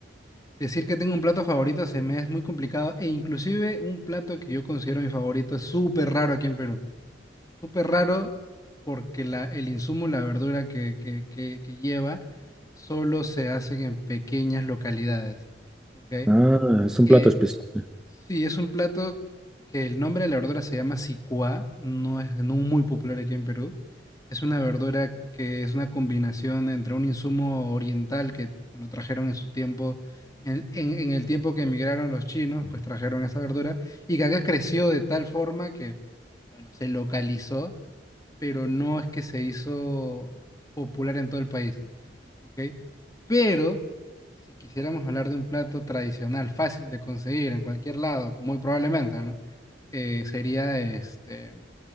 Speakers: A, on the left; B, in the centre.
A: decir que tengo un plato favorito se me es muy complicado e inclusive un plato que yo considero mi favorito es súper raro aquí en Perú. Súper raro porque la, el insumo, la verdura que, que, que, que lleva, solo se hacen en pequeñas localidades. ¿Ok?
B: Ah, es un
A: Eh,
B: plato especial.
A: sí, es un plato que el nombre de la verdura se llama sicuá, no es no muy popular aquí en Perú. Es una verdura que es una combinación entre un insumo oriental que, bueno, trajeron en su tiempo, en, en, en el tiempo que emigraron los chinos, pues trajeron esa verdura y que acá creció de tal forma que, bueno, se localizó pero no es que se hizo popular en todo el país, ¿ok? Pero si quisiéramos hablar de un plato tradicional, fácil de conseguir en cualquier lado, muy probablemente, ¿no? Eh, sería este,